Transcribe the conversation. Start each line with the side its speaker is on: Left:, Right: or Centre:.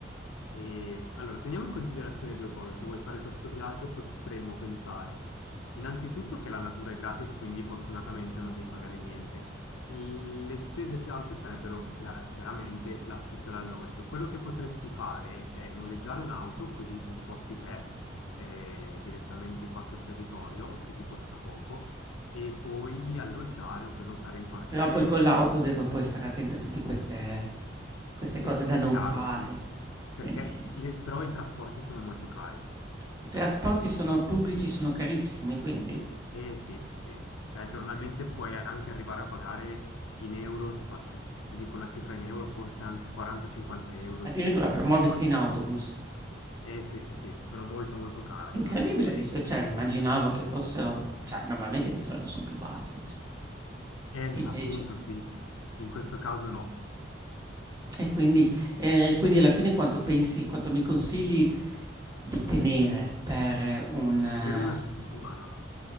Left: E, allora, teniamo in considerazione due cose. Se vuoi fare questo viaggio, potremmo pensare innanzitutto che la natura è gratis, quindi fortunatamente non devi pagare niente. Le spese più alte sarebbero chia- chiaramente l'affitto e l'alloggio. Quello che potresti fare è noleggiare un'auto, così ti sposti te eh, direttamente qua sul territorio, che ti costa poco, e poi alloggiare o prenotare in qualche
Right: Però poi con l'auto devo poi stare attento a tutti queste queste
Left: è
Right: cose da non
Left: chiaro,
Right: fare,
Left: sì, perché
Right: quindi sì.
Left: le- però i trasporti sono molto cari.
Right: I trasporti sono pubblici sono carissimi, quindi
Left: Eh sì, sì, sì, cioè giornalmente puoi anche arrivare a pagare in euro, ti faccio, ti dico una cifra in euro, forse anche 40-50 euro
Right: addirittura
Left: di spese
Right: per muoversi
Left: di viaggio.
Right: in autobus.
Left: Eh sì. Eh sì, sì, sì, sono molto molto cari,
Right: Incredibile
Left: non è come
Right: di so cioè
Left: la
Right: immaginavo
Left: vostra realtà.
Right: che fossero cioè normalmente di solito son più bassi insom
Left: Eh,
Right: E
Left: appunto
Right: invece
Left: sì, in questo caso no.
Right: e quindi e quindi alla fine quanto pensi quanto mi consigli di tenere per un eh,
Left: Per una settimana